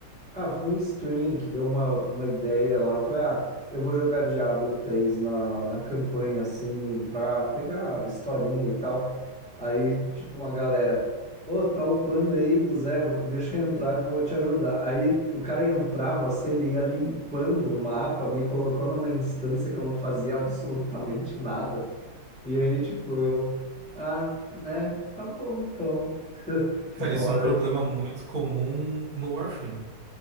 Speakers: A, in the centre; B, on the right.
A: Ah, foi em stream que deu uma, uma ideia lá. Foi, ah, eu vou jogar Diablo três na, na campanha, assim, pra pegar historinha e tal. Aí, tipo, uma galera, ô, tá upando aí do Zé, deixa eu entrar que eu vou te ajudar. Aí o cara entrava, assim, ele ia limpando o mapa, me colocou numa instância que eu não fazia absolutamente nada. E aí, tipo, eu. Ah, né? Tá bom, então.
B: Cara,
A: Boring.
B: isso é um problema muito comum no Warframe,